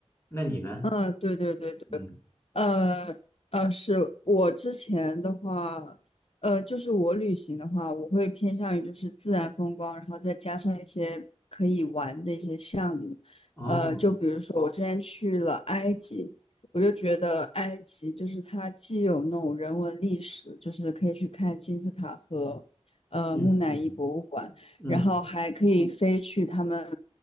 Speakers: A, on the left; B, on the left.
A: 那你呢？
B: 嗯对对对对，
A: 嗯，
B: 呃呃，是我之前的话，呃，就是我旅行的话，我会偏向于就是自然风光，然后再加上一些可以玩的一些项目，
A: 哦，
B: 呃，就比如说我之前去了埃及，我就觉得埃及就是它既有那种人文历史，就是可以去看金字塔和呃木乃伊博物馆，
A: 嗯嗯嗯，
B: 然后还可以飞去他们